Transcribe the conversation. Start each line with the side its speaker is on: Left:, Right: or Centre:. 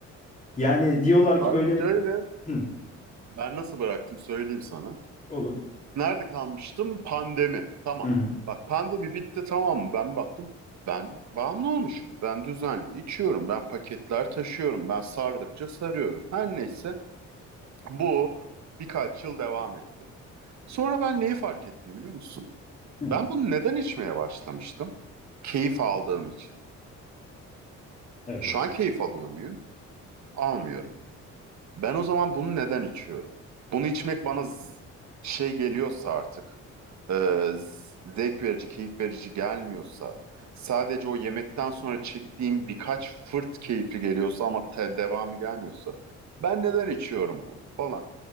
Left: Yani diyorlar
Right: Abi
Left: ki böyle
Right: şöyle.
Left: hı,
Right: Ben nasıl bıraktım söyleyeyim sana.
Left: olur.
Right: Nerede kalmıştım? Pandemi. Tamam.
Left: Hı hı,
Right: Bak pandemi bitti tamam mı? Ben baktım. Ben bağımlı olmuşum. Ben düzenli içiyorum. Ben paketler taşıyorum. Ben sardıkça sarıyorum. Her neyse bu birkaç yıl devam etti. Sonra ben neyi fark ettim biliyor musun?
Left: hı.
Right: Ben bunu neden içmeye başlamıştım? Keyif aldığım için.
Left: Evet.
Right: Şu an keyif alıyor muyum? Almıyorum. Ben o zaman bunu neden içiyorum? Bunu içmek bana z- şey geliyorsa artık, e, z- zevk verici, keyif verici gelmiyorsa, sadece o yemekten sonra çektiğim birkaç fırt keyifli geliyorsa ama te- devamı gelmiyorsa, ben neden içiyorum oğlum falan.